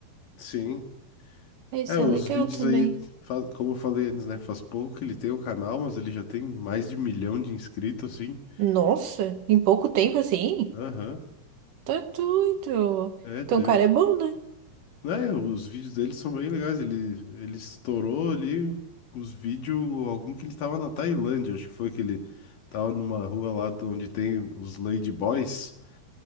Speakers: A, on the left (about 60°); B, on the right (about 70°).
A: Sim.
B: Ah, Isso
A: É, os
B: é legal
A: vídeos
B: também.
A: aí, fa- como eu falei antes, né? Faz pouco que ele tem o canal, mas ele já tem mais de milhão de inscritos, assim.
B: Nossa, em pouco tempo assim?
A: Aham.
B: Tá doido.
A: É, teve,
B: Então o cara é bom, né?
A: Né, os vídeos dele são bem legais. Ele, ele estourou ali os vídeos, algum que ele tava na Tailândia, acho que foi que ele tava numa rua lá de onde tem os Lady Boys,